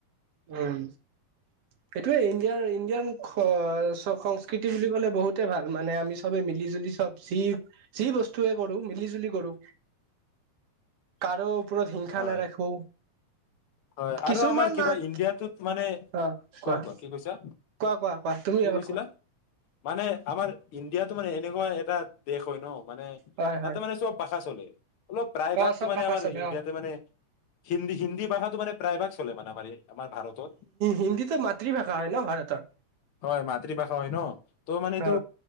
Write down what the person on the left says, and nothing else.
হয়
হয়
আৰু আমাৰ কিবা
টোত মানে,
কোৱা-কোৱা, কি কৈছা,
কি
কৈছিলা,
মানে আমাৰ ইণ্ডিয়াতো মানে এনেকুৱা এটা দেশ হয় ন, মানে,
তাতে মানে চব ভাষা চলে। অলপ প্ৰায়
ভাগতটো
মানে
আমাৰ
ইণ্ডিয়াতে
মানে, হিন্দী-হিন্দী ভাষা প্ৰায়ভাগ চলে মানে, আমাৰ ভাৰতত,
হয় মাতৃভাষা হয় ন, ত' মানে এইটো